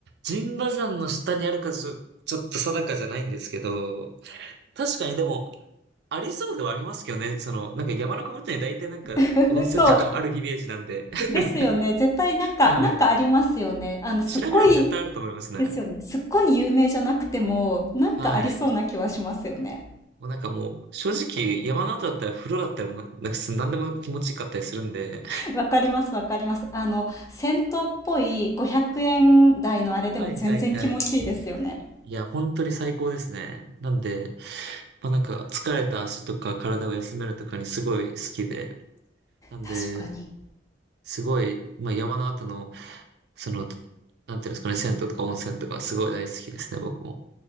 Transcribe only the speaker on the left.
<laughs> そう。ですよね。
絶対なんか、
なんかありますよね。あの、すっごい、
ですよね。すっごい有名じゃなくても、なんかありそうな気はしますよね。
<laughs> わかります、わかります。あの、銭湯っぽい500円台のあれでも全然気持ちいいですよね。
確かに。